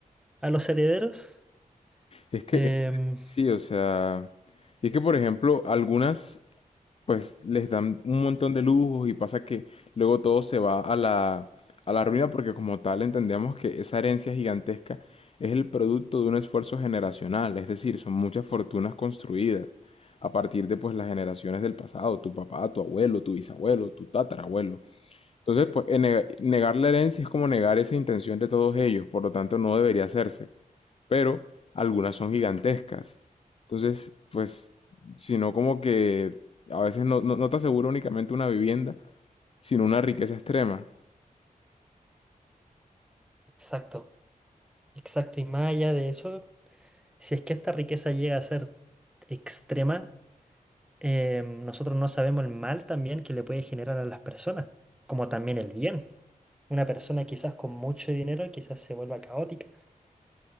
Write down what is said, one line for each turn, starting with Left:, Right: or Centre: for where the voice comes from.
Centre: a los herederos.
Left: Es que,
Centre: Em,
Left: es que sí, o sea, y es que, por ejemplo, algunas, pues les dan un montón de lujos y pasa que luego todo se va a la, a la ruina porque como tal entendemos que esa herencia gigantesca es el producto de un esfuerzo generacional, es decir, son muchas fortunas construidas a partir de pues las generaciones del pasado, tu papá, tu abuelo, tu bisabuelo, tu tatarabuelo. Entonces, pues eh, neg- negar la herencia es como negar esa intención de todos ellos, por lo tanto no debería hacerse pero algunas son gigantescas. Entonces, pues, sino como que a veces no, no, no te asegura únicamente una vivienda, sino una riqueza extrema.
Centre: exacto, exacto. Y más allá de eso. Si es que esta riqueza llega a ser extrema, eh, nosotros no sabemos el mal también que le puede generar a las personas, como también el bien. Una persona quizás con mucho dinero quizás se vuelva caótica.